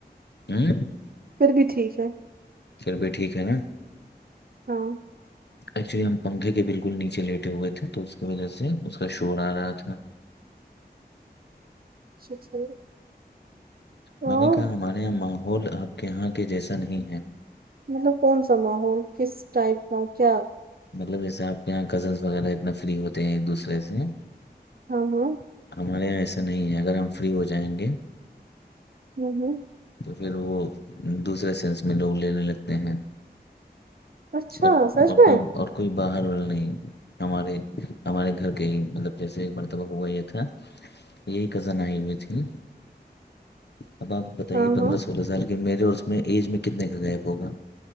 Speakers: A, on the left; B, on the right.
A: <unintelligible>
B: پھر بھی ٹھیک ہے
A: چھر بھی ٹھیک ہے نا
B: <unintelligible>
A: ایکچولی ہم پنکھے کے بالکل نیچے لیٹے ہوئے تھے تو اس کی وجہ سے اس کا شور آ رہا تھا
B: <unintelligible>
A: میں
B: اور
A: نے کہا ہمارے یہاں ماحول آپ کے یہاں کے جیسا نہیں ہے
B: ملو کون سا ماحول کس ٹائپ کا کیا
A: مطلب جیسے آپ کے یہاں کزنس وغیرہ اتنے فری ہوتے ہیں ایک دوسرے سے
B: ہاں ہاں
A: ہمارے یہاں ایسا نہیں ہے اگر ہم فری ہو جائیں گے
B: ہوں ہوں
A: تو پھر وہ دوسرے سینس میں لوگ لینے لگتے ہیں
B: اچھا
A: اور
B: سچ
A: اور
B: میں
A: کوئی اور کوئی باہر نہیں ہمارے ہمارے گھر کے ہی مطلب جیسے مرتبہ ہوا یہ تھا یہی کزن آئی ہوئی تھی نا اب آپ بتائیے
B: ہاں
A: پندرہ
B: ہاں
A: سولہ سال کے میرے اس میں ایج میں کتنے کا گیپ ہوگا